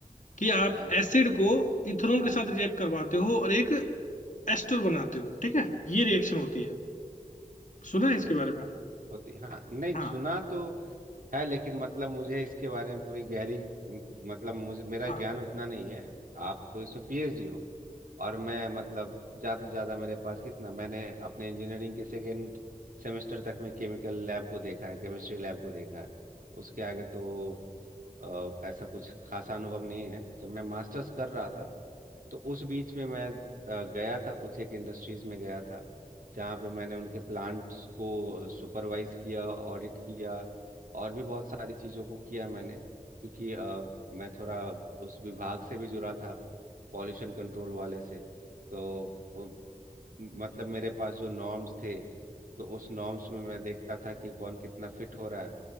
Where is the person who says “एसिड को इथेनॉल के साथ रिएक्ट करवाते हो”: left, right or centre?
Left